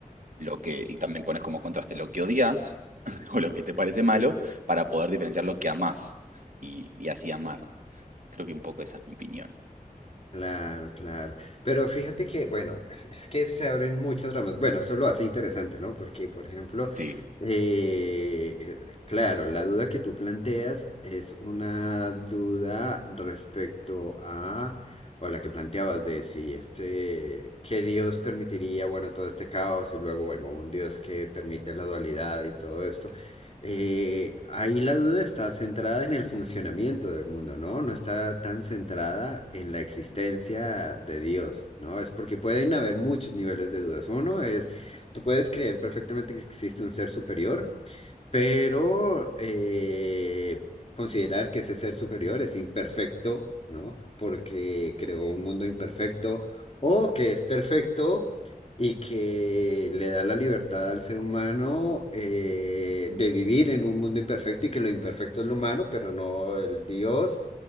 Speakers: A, on the right; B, on the left.
A: lo que, y también pones como contraste lo que odias <laughs> o lo que te parece malo para poder diferenciar lo que amás y, y así amar. Creo que un poco esa es mi opinión.
B: Claro, claro. Pero fíjate que, bueno, es, es que se abren muchas ramas. Bueno, eso lo hace interesante, ¿no? Porque, por ejemplo,
A: Sí,
B: eh, el- claro, la duda que tú planteas es una duda respecto a, o la que planteabas de si este, que Dios permitiría, bueno, todo este caos y luego, bueno, un Dios que permite la dualidad y todo esto eh, ahí la duda está centrada en el funcionamiento del mundo, ¿no? No está tan centrada en la existencia de Dios, ¿no? Es porque pueden haber muchos niveles de dudas. Uno es, tú puedes creer perfectamente que existe un ser superior, pero eh, considerar que ese ser superior es imperfecto, ¿no? Porque creó un mundo imperfecto, o que es perfecto y que le da la libertad al ser humano eh, de vivir en un mundo imperfecto y que lo imperfecto es lo humano, pero no el Dios.